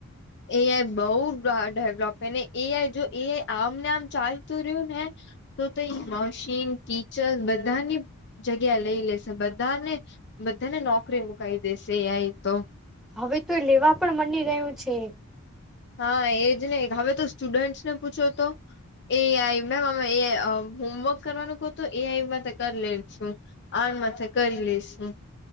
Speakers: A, on the left; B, in the centre.
A: એ આઈ બહ ડેવલોપને એઆઈ જો એ આઈ આમને આમ ચાલતું રહ્યું ને તો તો મશીન ટીચર બધાની જગ્યા લઈ લેશે બધાને બધાને નોકરી મુકાઈ દેશે એય તો
B: હવે તો લેવા પણ મની ગયું છે.
A: હા એજ નહી હવે તો સ્ટુડન્ટસ ને પૂછો તો એ આઈ મેમ અમે એ હોમવર્ક કરવાનું કહ તો એ આઈમાં કરી લે છું. આમાંથે કરી લઈશું.